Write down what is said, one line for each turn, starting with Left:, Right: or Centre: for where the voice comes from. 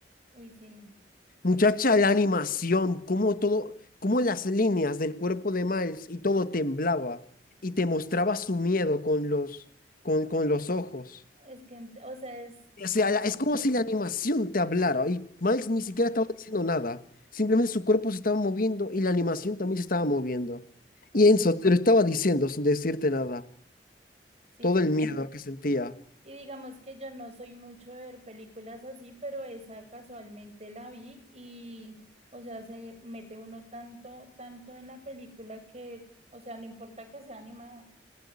Right: Uy, sí,
Left: Muchacha,
Right: no sé. pues.
Left: la animación, cómo todo, cómo las líneas del cuerpo de Miles y todo temblaba y te mostraba su miedo con los, con, con los ojos.
Right: Es que, ent- o sea, es, digamos,
Left: O sea, la- es como si la animación te hablara y Miles
Right: sí,
Left: ni siquiera estaba diciendo nada. Simplemente su cuerpo se estaba moviendo y la animación también se estaba moviendo.
Right: total.
Left: Y Enzo te lo estaba diciendo sin decirte nada.
Right: Sí,
Left: Todo
Right: claro.
Left: el miedo que sentía.
Right: Y digamos que yo no soy mucho de ver películas así, pero esa casualmente la vi y, o sea, se mete uno tanto, tanto en la película que, o sea, no importa que sea animada,